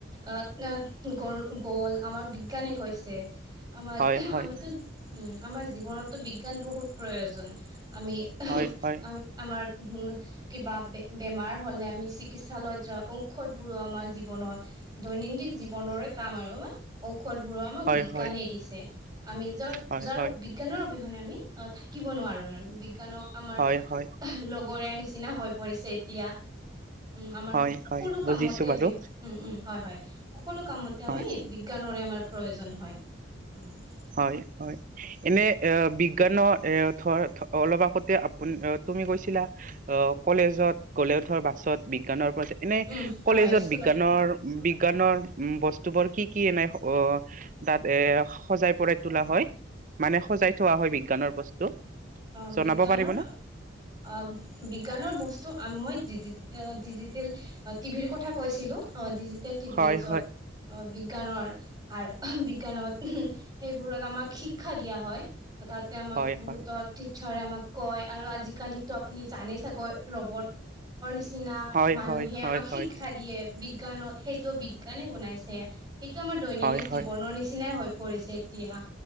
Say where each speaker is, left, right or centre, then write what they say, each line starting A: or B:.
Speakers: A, on the right; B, on the right.
A: এ, এ, গল, গল আমাৰ বিজ্ঞানে কৈছে। আমাৰ,
B: হয় হয়
A: আমিতো, উম, আমাৰ জীৱনতো বিজ্ঞান বহুত প্ৰয়োজন আমি <unintelligible>
B: হয় হয়
A: আমাৰ হুম কিবা বেমাৰ হলে আমি চিকিৎসালয়ত যা ঔষধ বোৰো আমাৰ জীৱনত দৈনন্দিন জীৱনৰৰে কাম আৰু হয় না ঔষধ বোৰো আমাক
B: হয়
A: বিজ্ঞানে
B: হয়
A: দিছে আমি যাত
B: হয়
A: যাৰ
B: হয়
A: বিজ্ঞানৰ অবিহনে আমি অ থাকিব নোৱাৰোঁ আৰু বিজ্ঞানক আমাৰ
B: হয় হয়
A: লগৰীয় নিচিনা হৈ পৰিছে এতিয়া উম
B: হয়
A: আমাৰ সকলো
B: হয় বুজিছো
A: কামতে
B: বাৰু
A: বি উম উম হয় হয় সকলো কামতে আমি
B: হয়
A: বিজ্ঞানৰে আমাৰ প্ৰয়োজন হয় উ
B: হয় হয় এনে এ বিজ্ঞানৰ এ ধৰ অলপ আগতে আপুনি তুমি কৈছিলা আহ কলেজত গলে ধৰ বাছত বিজ্ঞানৰ পৰা এনে
A: উম হয়
B: কলেজত
A: হয় স্কুলত
B: বিজ্ঞানৰ বিজ্ঞানৰ উ বস্তু বোৰ কি কি এনাই অ তাত এ সজাই পৰাই তোলা হয় মানে সজাই থোৱা হয় বিজ্ঞানৰ বস্তু
A: অ
B: জনাব
A: বিজ্ঞানৰ
B: পাৰিবনে
A: অ অ বিজ্ঞানৰ বস্তু মই ডিজি ডিজিটেল টিভিৰ কথা কৈছিলো অ ডিজিটেল টিভি
B: হয়
A: য'ত
B: হয়
A: অ বিজ্ঞানৰ আৰু বিজ্ঞানত সেইবোৰত আমাক শিক্ষা দিয়া হয় তাতে আমাক
B: হয়
A: বহুতত
B: হয়
A: টিচাৰে আমাক কয় আৰু আজিকালিতো আপুনি জানে চাগৈ ৰবট নিচিনা
B: হয়
A: মানুহে
B: হয় হয়
A: আমাক শিক্ষা
B: হয়
A: দিয়ে বিজ্ঞানৰ সেইটো বিজ্ঞানে বনাইছে সেইটো আমাৰ দৈনন্দিন
B: হয়
A: জীৱনৰ
B: হয়
A: নিচিনাই হৈ পৰিছে এতিয়া